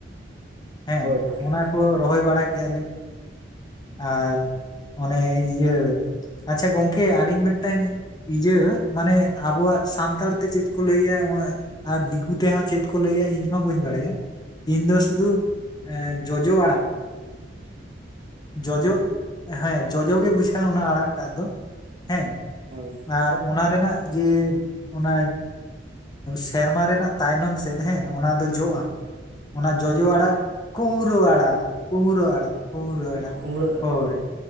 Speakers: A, on the left; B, on the right.
A: ᱦᱮᱸ
B: ᱦᱳᱭ ᱦᱳᱭ
A: ᱚᱱᱟ ᱠᱚ ᱨᱚᱦᱚᱭ ᱵᱟᱲᱟ ᱠᱮᱫᱮᱜᱼᱟ ᱞᱮ ᱟᱨ ᱚᱱᱮ ᱤᱭᱟᱹ ᱟᱪᱪᱷᱟ ᱜᱚᱝᱠᱮ ᱟᱹᱞᱤᱧ ᱢᱤᱫᱴᱟᱝᱼᱼ ᱤᱭᱟᱹ ᱢᱟᱱᱮ ᱟᱵᱚᱣᱟᱜ ᱥᱟᱱᱛᱟᱲ ᱛᱮ ᱪᱮᱫ ᱠᱚ ᱞᱟᱹᱭᱮᱫᱼᱟ ᱟᱨ ᱫᱤᱠᱩ ᱛᱮᱦᱚᱸ ᱪᱮᱫᱼᱼ ᱞᱟᱹᱭᱟ ᱤᱧ ᱦᱚᱸ ᱵᱟᱹᱧ ᱵᱟᱲᱟᱭᱟ ᱤᱧ ᱫᱚ ᱥᱩᱫᱩ ᱡᱚᱡᱚ ᱟᱲᱟᱜᱼᱼ ᱡᱚᱡᱚ ᱦᱮᱸ ᱡᱚᱡᱚᱜᱮ ᱵᱩᱡᱷᱟᱹᱜᱼᱟ ᱚᱱᱟ ᱟᱲᱟᱜᱴᱟᱜ ᱫᱚ᱾ ᱦᱮᱸ
B: ᱦᱳᱭ
A: ᱟᱨ ᱚᱱᱟ ᱨᱮᱱᱟᱜ ᱡᱮᱼᱼ ᱚᱱᱟ ᱥᱮᱨᱢᱟ ᱨᱮᱱᱟᱜ ᱛᱟᱭᱱᱚᱢ ᱥᱮᱫ ᱦᱮᱸ ᱚᱱᱟ ᱫᱚ ᱡᱚᱜᱼᱟ ᱚᱱᱟ ᱡᱚᱡᱚ ᱟᱲᱟᱜ ᱠᱩᱝᱨᱟᱹ ᱟᱲᱟᱜ ᱠᱩᱸᱝᱨᱟᱹ ᱟᱲᱟᱜ ᱠᱩᱝᱨᱟᱹ ᱟᱲᱟᱜ
B: ᱠᱩᱢᱲᱟᱹ ᱟᱲᱟᱜ
A: ᱦᱳᱭ